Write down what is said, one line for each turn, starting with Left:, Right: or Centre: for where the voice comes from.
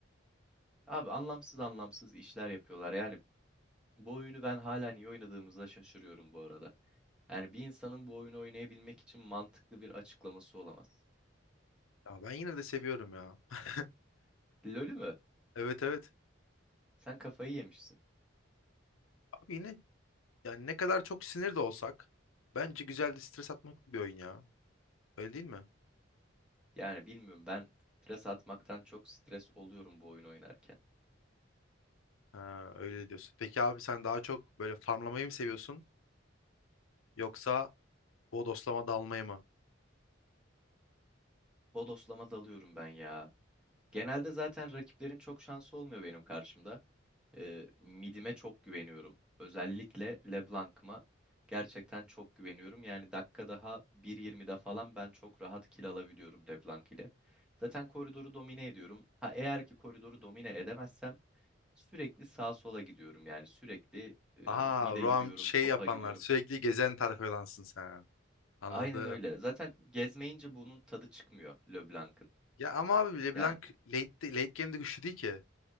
Centre: Abi anlamsız anlamsız işler yapıyorlar. Yani bu oyunu ben hala niye oynadığımıza şaşırıyorum bu arada. Yani bir insanın bu oyunu oynayabilmek için mantıklı bir açıklaması olamaz.
Left: Ya ben yine de seviyorum ya. <laughs>
Centre: LoL'ü mü?
Left: Evet evet.
Centre: Sen kafayı yemişsin.
Left: Abi yine yani ne kadar çok sinir de olsak bence güzel de stres atmak bir oyun ya. Öyle değil mi?
Centre: Yani bilmiyorum ben stres atmaktan çok stres oluyorum bu oyun oynarken.
Left: Ha, öyle diyorsun. Peki abi sen daha çok böyle farmlamayı mı seviyorsun yoksa bodoslama dalmayı mı?
Centre: Bodoslama dalıyorum ben ya. Genelde zaten rakiplerin çok şansı olmuyor benim karşımda. Ee, midime çok güveniyorum. Özellikle LeBlanc'ıma gerçekten çok güveniyorum. Yani dakika daha 1.20'de falan ben çok rahat kill alabiliyorum LeBlanc ile. Zaten koridoru domine ediyorum. Ha eğer ki koridoru domine edemezsem sürekli sağa sola gidiyorum. Yani sürekli e,
Left: Aha,
Centre: mide
Left: Roam
Centre: gidiyorum,
Left: şey
Centre: topa
Left: yapanlar,
Centre: gidiyorum.
Left: sürekli gezen tayfadansın sen. Anladım.
Centre: Aynen öyle. Zaten gezmeyince bunun tadı çıkmıyor LeBlanc'ın.
Left: Ya ama abi LeBlanc
Centre: Yani
Left: late, late game'de güçlü değil ki.